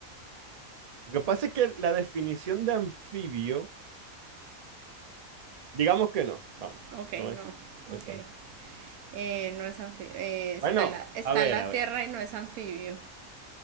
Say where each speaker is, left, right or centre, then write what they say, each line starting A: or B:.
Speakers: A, on the right; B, on the right.
A: lo que pasa es que la definición de anfibio Digamos que no. Vamos,
B: Ok,
A: no
B: no,
A: es. eso.
B: ok. Eh, no es anfibio, eh, está,
A: Bueno,
B: en la, está
A: a ver,
B: en la
A: a ver.
B: tierra y no es anfibio.